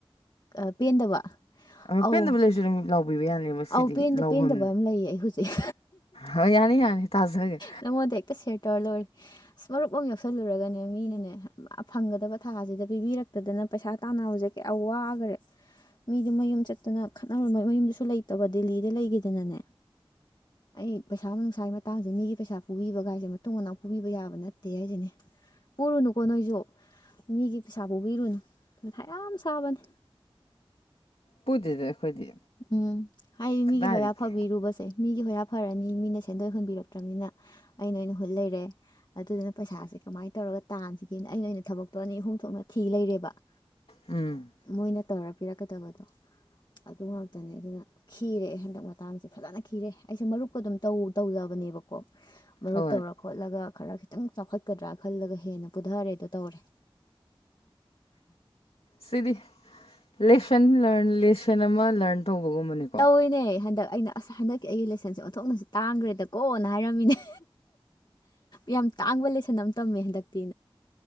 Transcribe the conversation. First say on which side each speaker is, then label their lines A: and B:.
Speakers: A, on the left (about 50°); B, on the left (about 85°).
A: ꯑ ꯄꯦꯟꯗꯕ
B: ꯑ
A: ꯑꯧ
B: ꯄꯦꯟꯗꯕ ꯂꯩꯥꯏꯔꯁꯨ ꯑꯗꯨꯝ ꯂꯥꯎꯕꯤꯕ ꯌꯥꯅꯦꯕ ꯃꯥꯁꯤꯗꯤ
A: ꯑꯧ ꯄꯦꯟꯗ
B: ꯂꯥꯎꯐꯝ
A: ꯄꯦꯟꯗꯕ ꯑꯃ ꯂꯩꯌꯦ ꯑꯩ ꯍꯧꯖꯤꯛ
B: ꯍꯣꯏ ꯌꯥꯅꯤ ꯌꯥꯅꯤ ꯇꯥꯖꯒꯦ
A: ꯅꯉꯣꯟꯗ ꯍꯦꯛꯇ ꯁꯤꯌꯥꯔ ꯇꯧꯔ ꯂꯣꯏꯔꯦ ꯃꯔꯨꯞ ꯑꯃ ꯌꯥꯎꯁꯜꯂꯨꯔꯒꯅꯦ ꯃꯤꯅꯅꯦ ꯐꯪꯒꯗꯕ ꯊꯥꯁꯤꯗ ꯄꯤꯕꯤꯔꯛ ꯑꯗꯨꯗꯅ ꯄꯩꯁꯥ ꯇꯥꯟꯅꯕꯁꯦ ꯀꯩꯌꯥ ꯋꯥꯈꯔꯦ ꯃꯤꯗꯨ ꯃꯌꯨꯝ ꯆꯠꯇꯅ ꯈꯠꯅꯔꯨ ꯃꯌꯨꯝꯗꯁꯨ ꯂꯩꯇꯕ ꯗꯦꯜꯂꯤꯗ ꯂꯩꯈꯤꯗꯅꯅꯦ ꯑꯩ ꯄꯩꯁꯥ ꯅꯨꯡꯁꯥꯏ ꯃꯥ ꯇꯥꯡꯁꯦ ꯃꯤꯒꯤ ꯄꯩꯁꯥ ꯄꯨꯕꯤꯕꯒꯥꯏꯁꯦ ꯃꯇꯨꯡ ꯃꯅꯥꯎ ꯄꯨꯕꯤꯕ ꯌꯥꯕ ꯅꯠꯇꯦ ꯍꯥꯏꯁꯤꯅꯦ ꯄꯨꯔꯨꯅꯨꯀꯣ ꯅꯣꯏꯁꯨ ꯃꯤꯒꯤ ꯄꯩꯁꯥ ꯄꯨꯕꯤꯔꯨꯅꯨ ꯃꯊꯥ ꯌꯥꯝ ꯁꯥꯕꯅꯤ
B: ꯄꯨꯗꯦꯗ ꯑꯩꯈꯣꯏꯗꯤ
A: ꯎꯝ ꯑꯩꯗꯤ
B: ꯀꯗꯥꯏꯗꯒꯤ
A: ꯃꯤꯒꯤ ꯍꯣꯌꯥ ꯐꯕꯤꯔꯨꯕꯁꯦ ꯃꯤꯒꯤ ꯍꯣꯌꯥ ꯐꯔꯅꯤ ꯃꯤꯅ ꯁꯦꯟꯗꯣꯏ ꯍꯨꯟꯕꯤꯔꯛꯇ꯭ꯔꯃꯤꯅ ꯑꯩꯩꯅꯥ ꯑꯣꯏꯅ ꯍꯨꯟ ꯂꯩꯔꯦ ꯑꯗꯨꯗꯨꯅ ꯄꯩꯁꯥꯁꯦ ꯀꯃꯥꯏꯅ ꯇꯧꯔꯒ ꯇꯥꯟꯁꯤꯒꯦꯅ ꯑꯩꯅ ꯑꯣꯏꯅ ꯊꯕꯛꯇꯣ ꯑꯅꯤ ꯑꯍꯨꯝ ꯊꯣꯛꯅ ꯊꯤ ꯂꯩꯔꯦꯕ
B: ꯎꯝ
A: ꯃꯣꯏꯅ ꯇꯧꯔ ꯄꯤꯔꯛꯀꯗꯕꯗꯣ ꯑꯗꯨ ꯉꯥꯛꯇꯅꯦ ꯑꯗꯨꯅ ꯈꯤꯔꯦ ꯍꯟꯗꯛ ꯃꯇꯥꯡꯁꯦ ꯐꯖꯅ ꯈꯤꯔꯦ ꯑꯩꯁꯦ ꯃꯔꯨꯞꯀ ꯑꯗꯨꯝ ꯇꯧ ꯇꯧꯖꯕꯅꯦꯕꯀꯣ ꯃꯔꯨꯞ
B: ꯍꯣꯏ
A: ꯇꯧꯔ ꯈꯣꯠꯂꯒ ꯈꯔ ꯈꯤꯇꯪ ꯆꯥꯎꯈꯠꯀꯗ꯭ꯔꯥ ꯈꯜꯂꯒ ꯍꯦꯟꯅ ꯄꯨꯊꯔꯦꯗꯣ ꯇꯧꯔꯦ
B: ꯁꯤꯗꯤ ꯂꯦꯁꯟ ꯂꯔꯟ ꯂꯦꯁꯟ ꯑꯃ ꯂꯔꯟ ꯇꯧꯕꯒꯨꯝꯕꯅꯦꯕ
A: ꯇꯧꯔꯤꯅꯦ ꯍꯟꯗꯛ ꯑꯩꯅ ꯑꯁ ꯍꯟꯗꯛꯀꯤ ꯑꯩꯒꯤ ꯂꯦꯁꯟꯁꯦ ꯑꯣꯟꯊꯣꯛꯅꯁꯨ ꯇꯥꯡꯈ꯭ꯔꯦꯗꯀꯣꯅ ꯍꯥꯏꯔꯝꯃꯤꯅꯦ ꯌꯥꯝ ꯇꯥꯡꯕ ꯂꯦꯁꯟ ꯑꯃ ꯇꯝꯃꯦ ꯍꯟꯗꯛꯇꯤ